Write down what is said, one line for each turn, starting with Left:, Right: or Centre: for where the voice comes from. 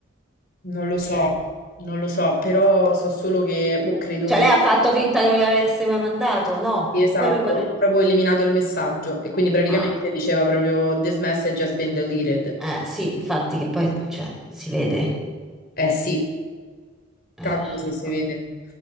Left: Non lo so,
Centre: Eh.
Left: non lo so, però so solo che boh, credo
Centre: Cioè, lei ha fatto finta che non gli avesse mai mandato, no?
Left: Sì, Esatto,
Centre: Poi lui quando... gli-
Left: ha proprio eliminato il messaggio e quindi praticamente
Centre: Ah,
Left: diceva proprio This message has been deleted.
Centre: eh, sì, infatti che poi, cioè, si vede.
Left: Eh sì,
Centre: Eh,
Left: cavolo se si
Centre: vabbè.
Left: vede.